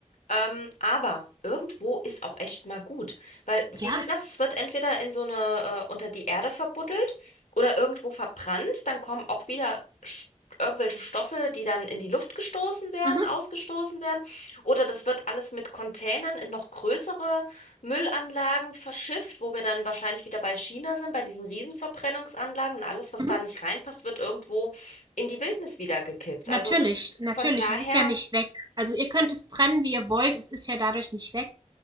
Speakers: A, on the left; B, on the right.
A: Ähm, aber irgendwo ist auch echt mal gut, weil, wie
B: Ja.
A: du sagst, es wird entweder in so eine, äh, unter die Erde verbuddelt oder irgendwo verbrannt, dann kommen auch wieder sch- irgendwelche Stoffe, die dann in die Luft gestoßen werden,
B: Mhm.
A: ausgestoßen werden, oder das wird alles mit Containern in noch größere Müllanlagen verschifft, wo wir dann wahrscheinlich wieder bei China sind, bei diesen Riesenverbrennungsanlagen und alles, was
B: Mhm.
A: da nicht reinpasst, wird irgendwo in die Wildnis wieder gekippt.
B: Natürlich,
A: Also
B: natürlich.
A: von daher.
B: Es ist ja nicht weg. Also ihr könnt es trennen, wie ihr wollt. Es ist ja dadurch nicht weg.